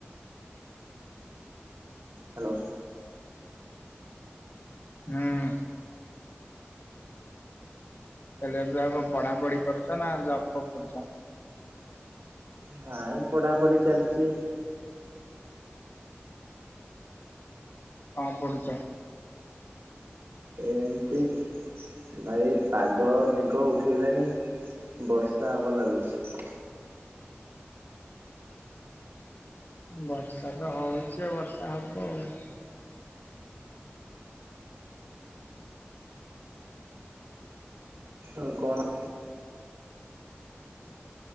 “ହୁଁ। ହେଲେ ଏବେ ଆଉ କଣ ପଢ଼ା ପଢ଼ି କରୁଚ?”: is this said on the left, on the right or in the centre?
Left